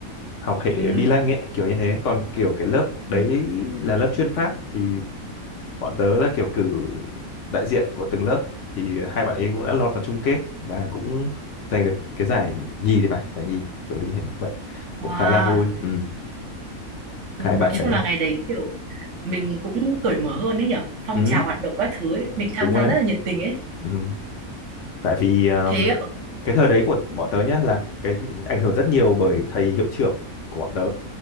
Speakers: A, on the left (about 65°); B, on the right (about 60°).
A: học hệ
B: Ừ.
A: bi lanh ấy kiểu như thế còn kiểu cái lớp đấy
B: Ừ.
A: là lớp chuyên Pháp thì bọn tớ là kiểu cử đại diện của từng lớp thì hai bạn ấy cũng đã lọt vào chung kết và cũng giành được cái giải nhì thì phải giải nhì kiểu như thế vậy cũng
B: Wow.
A: khá là vui ừ,
B: Ừ,
A: hai
B: nói
A: bạn đấy
B: chung là ngày đấy kiểu mình cũng cởi mở hơn đấy nhở phong
A: ừ,
B: trào hoạt động các thứ ấy mình tham
A: đúng rồi
B: gia
A: đấy
B: rất là nhiệt tình ấy
A: ừ. tại vì um,
B: thế
A: cái thời đấy của bọn tớ nhá là cái ảnh hưởng rất nhiều bởi thầy hiệu trưởng của bọn tớ